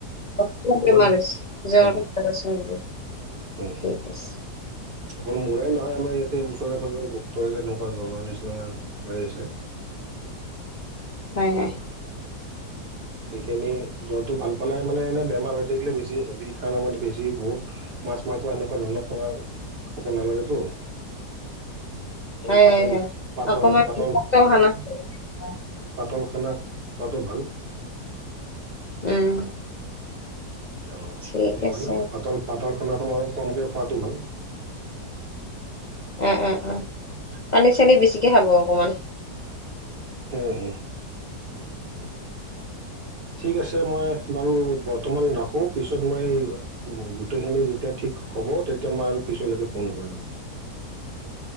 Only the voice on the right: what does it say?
অকমান
অ
উম
উম
অকল মোৰে নহয় আমাৰ ইয়াতে ওচৰে পাজৰে বহুত সেনেকুৱা জ্বৰৰ নিচিনা হৈ আছে।
অ
সেইখিনি জ্বৰটো ভাল ফালে মানে এনেই বেমাৰ হৈ থাকিলে বেছি হেভিত খানা মানে বেছি বহুত মাছ মাৰংস সেনেকুৱা ধৰণৰ খানা খাব নালাগেতো। অকমান
পাতল
পাতল
পাতল উম।
অলপ পাতল খানা খোৱাটো ভাল।
অ
সেইকাৰণে
অলপ পাতল পাতল খানা খানাটো অলপ কমকে খোৱাটো ভাল।
হুম উম, ঠিক আছে মই বাৰু বৰ্তমান ৰাখো পিছত মই গোটেইখিনি যেতিয়া ঠিক হ'ব তেতিয়া মই আৰু পিছলৈকে ফোন কৰিম <unintelligible>